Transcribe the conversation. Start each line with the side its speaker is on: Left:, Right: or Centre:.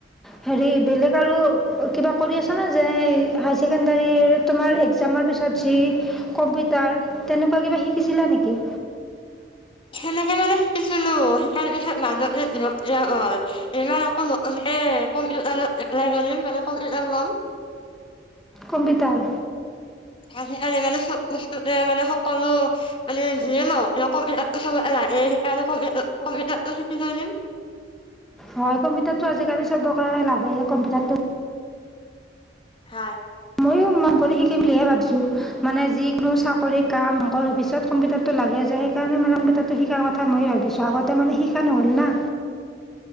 Centre: হেৰি বেলেগ আৰু কিবা কৰি আছনে যেনে হাই ছেকেণ্ডৰীৰ তোমাৰ একজামৰ পিছত যি কম্পিউটাৰ, তেনেকুৱা কিবা শিকিছিলা নেকি?
Left: তেনেকে মানে হিকিছিলো তাৰ পিছত মাজতে ৰখিয়া গল এইবাৰ আকৌ নতুনকে কম্পিউটাৰত এপ্লাই কৰিম মানে কম্পিউটাৰ লম।
Centre: কম্পিউটাৰ
Left: আজি কালি মানে চব বস্তুতে মানে সকলো মানে যিয়ে ন সে সেইকাৰণে ক কম্পিটাৰ শিকি থৈ দিম
Centre: হয় কম্পিউটাৰতটো আজিকালি চবকে লাগে কম্পিউটাৰটো
Left: হয়
Centre: মইো মন কৰি শিকিম বুলিহে ভাবছোঁ মানে যি কোনো চাকৰি কাম অফিচত কম্পিউটাৰটো লাগে যে, সেইকাৰণে মানে কম্পিউটাৰটো শিকাৰ কথা মই ভাবিছোঁ আগতে মানে শিকা নহ'ল না।